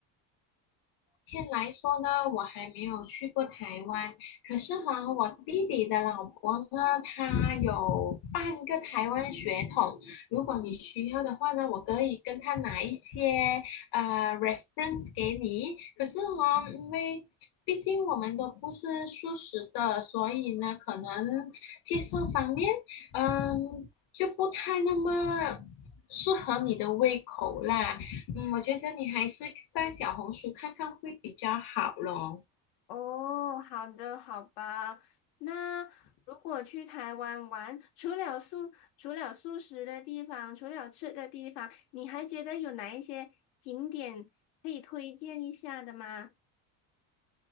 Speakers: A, on the left (about 65°); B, on the left (about 85°).
A: 目前来说呢，我还没有去过台湾，可是哈，我弟弟的老婆呢，她有半个台湾血统。如果你需要的话呢，我可以跟他拿一些呃 reference 给你。可是哈，因为毕竟我们都不是素食的，所以呢，可能介绍方面，嗯，就不太那么适合你的胃口啦。嗯，我觉得你还是上小红书看看会比较好咯。
B: 哦，好的，好吧。那如果去台湾玩，除了素除了素食的地方，除了吃的地方，你还觉得有哪一些景点可以推荐一下的吗？